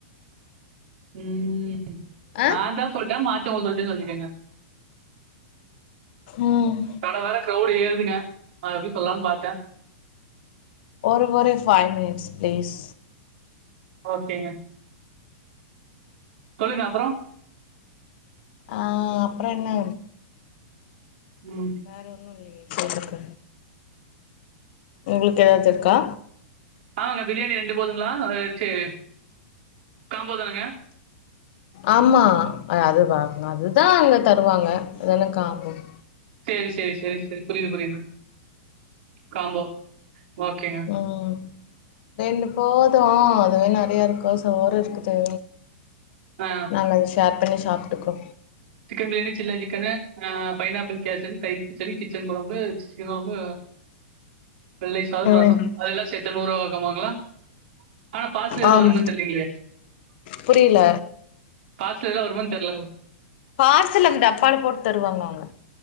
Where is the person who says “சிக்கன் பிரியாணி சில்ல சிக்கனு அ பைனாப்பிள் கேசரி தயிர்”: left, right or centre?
Right